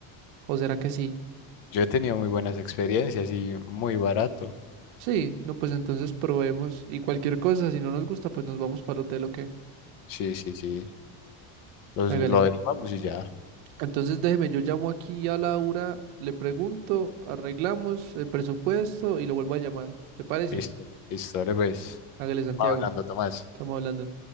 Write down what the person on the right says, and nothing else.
¿O será que sí?
Sí, no, pues entonces probemos y cualquier cosa, si no nos gusta, pues nos vamos para el hotel o qué.
Hágale.
Entonces déjeme, yo llamo aquí a Laura, le pregunto, arreglamos el presupuesto y lo vuelvo a llamar. ¿Le parece?
Hágale, Santiago.
Estamos hablando.